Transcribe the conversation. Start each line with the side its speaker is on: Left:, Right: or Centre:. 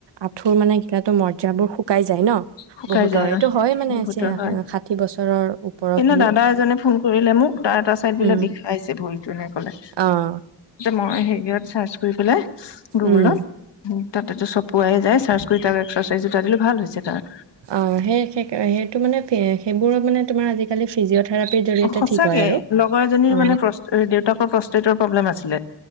Right: আঁঠুৰ মানে ঘীলাটো মজাবোৰ শুকাই যায় ন
Left: শুকাই
Right: বহুতৰ
Left: যায়
Right: এইটো
Left: আৰু
Right: হয় মানে
Left: বহুতৰ হয়
Right: ষাঠি বছৰৰ ওপৰৰ
Left: সিদিনা
Right: খিনি
Left: দাদা এজনে ফোন কৰিলে মোক তাৰ এটা চাইদ বোলে
Right: উম,
Left: বিষাইছে ভৰিটো এনেকে কলে
Right: অ',
Left: মই হেৰিয়ত চাৰ্চ কৰি পেলাই গুগলত
Right: উম।
Left: তাতে চপুৱাই যায় চাৰ্চ কৰি তাৰ এক্সাৰচাইজ দুটা দিলে ভাল হৈছে তাৰ
Right: অ সেই সেই সেইটো মানে সেইবোৰ মানে তোমাৰ আজিকালি ফিজিঅ'থেৰাপিৰ জৰিয়তে
Left: উ সচাকে
Right: ঠিক হয় আৰু
Left: লগৰ এজনীৰ
Right: অ
Left: মানে প্ৰ দেউতাকৰ প্ৰস্তেটৰ প্ৰব্লেম আছিলে